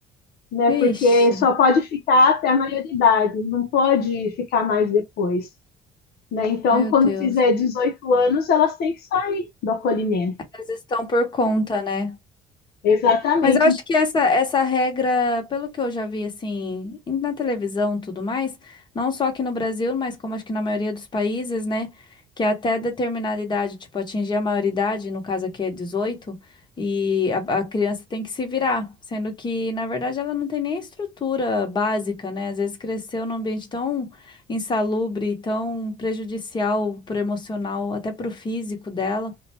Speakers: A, on the left; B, on the left.
A: né? Porque
B: Ixi,
A: só pode ficar até a maioridade, não pode ficar mais depois, né? Então,
B: meu
A: quando
B: Deus.
A: fizer 18 anos, elas têm que sair do acolhimento.
B: Eles estão por conta, né?
A: Exatamente.
B: Mas eu acho que essa, essa regra, pelo que eu já vi assim, na televisão e tudo mais, não só aqui no Brasil, mas como acho que na maioria dos países, né? Que até determinada idade, tipo, atingir a maioridade, no caso aqui é 18, e a, a criança tem que se virar, sendo que, na verdade, ela não tem nem estrutura básica, né? Às vezes cresceu num ambiente tão insalubre, tão prejudicial pro emocional, até pro físico dela